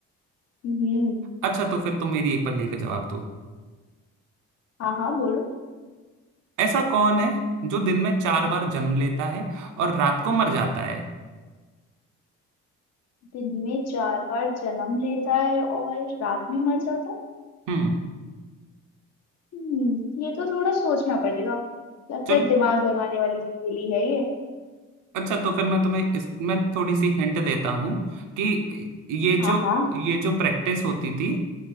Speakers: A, on the left (about 60°); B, on the right (about 80°).
A: हम्म
B: अच्छा तो फिर तुम मेरी एक पहेली का जवाब दो
A: हाँ हाँ बोलो
B: ऐसा कौन है जो दिन में चार बार जन्म लेता है और रात को मर जाता है
A: दिन में चार बार जन्म लेता है और रात में मर जाता है
B: हम्म
A: हम्म ये तो थोड़ा सोचना पड़ेगा लगता
B: चल
A: है दिमाग लगाने वाली पहेली है ये
B: अच्छा तो फिर मैं तुम्हें इसमें थोड़ी सी हिंट देता हूँ कि ये
A: हाँ
B: जो
A: हाँ
B: ये जो प्रैक्टिस होती थी